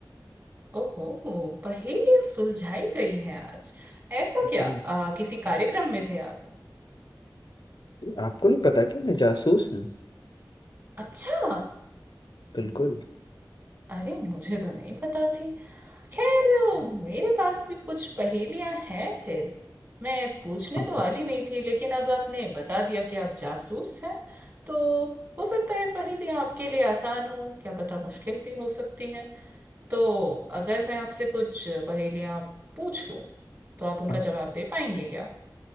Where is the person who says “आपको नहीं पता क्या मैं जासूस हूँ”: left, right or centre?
Left